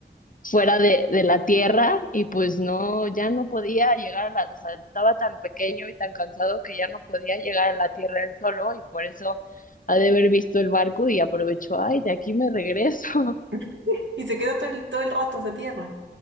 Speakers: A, on the left; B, on the right.
A: fuera de, de la tierra y pues no, ya no podía llegar a la, o sea, estaba tan pequeño y tan cansado que ya no podía llegar a la tierra él solo y por eso ha de haber visto el barco y aprovechó, ay, de aquí me regreso. <laughs>
B: <laughs> Y se quedó todo el, todo el rato hasta tierra.